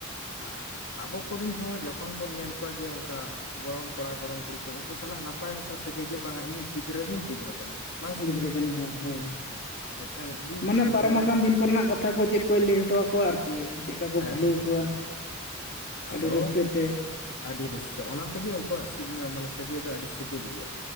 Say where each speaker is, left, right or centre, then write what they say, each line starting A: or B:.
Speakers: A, on the left; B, on the left.
A: ᱟᱨ ᱟᱵᱚ ᱠᱚᱨᱮᱤᱱ ᱦᱚᱸ ᱡᱚᱠᱷᱚᱱ ᱵᱚᱱ ᱧᱮᱞ ᱠᱚᱣᱟ ᱡᱮ ᱚᱱᱠᱟ ᱜᱚᱲᱚᱢ ᱠᱚᱲᱟ ᱜᱚᱲᱚᱢ ᱠᱩᱲᱤ ᱠᱚ ᱩᱱᱠᱩ ᱥᱟᱞᱟᱜ ᱱᱟᱯᱟᱭ ᱢᱤᱫᱴᱟᱝ ᱥᱟᱹᱜᱟᱹᱭ ᱡᱮ ᱵᱟᱝᱟ ᱤᱧᱤᱡ ᱜᱤᱫᱽᱨᱟᱹ ᱨᱮᱱ ᱜᱤᱫᱽᱨᱟᱹ ᱠᱟᱱᱟᱭ ᱵᱟᱝ ᱥᱮ
B: ᱜᱤᱫᱽᱨᱟᱹ ᱠᱟᱱᱟ ᱦᱳᱭ ᱦᱳᱭ
A: ᱦᱮᱸ ᱢᱤᱫᱴᱟᱝ ᱵᱤᱥ
B: ᱢᱟᱱᱮ ᱯᱟᱨᱚᱢ
A: ᱵᱮᱨᱮᱴ
B: ᱟᱠᱟᱱ
A: ᱵᱮᱯᱟᱨ
B: ᱫᱤᱱ ᱠᱚᱨᱮᱱᱟᱜ ᱠᱟᱛᱷᱟ ᱠᱟᱛᱷᱟ ᱠᱚ ᱪᱮᱫ ᱠᱚᱭ ᱞᱟᱹᱭ ᱦᱚᱴᱚ ᱟᱠᱚᱣᱟ ᱟᱨᱠᱤ ᱪᱮᱫ ᱠᱟ ᱠᱚ
A: ᱦᱮᱸ
B: ᱵᱷᱩᱞᱟᱹᱣ
A: ᱦᱮᱸ
B: ᱠᱚᱣᱟ
A: ᱟᱫᱚ
B: ᱟᱹᱰᱤ ᱨᱟᱹᱥᱠᱟᱹᱛᱮ
A: ᱟᱹᱰᱤ ᱨᱟᱥᱠᱟᱹ ᱚᱱᱟ ᱛᱮᱜᱮ ᱩᱱᱠᱩᱣᱟᱜᱥᱤᱵᱤ ᱢᱟᱱᱮ ᱥᱟᱹᱜᱟᱹᱭ ᱫᱚ ᱟᱹᱰᱤ ᱥᱤᱵᱤᱞ ᱜᱮᱭᱟ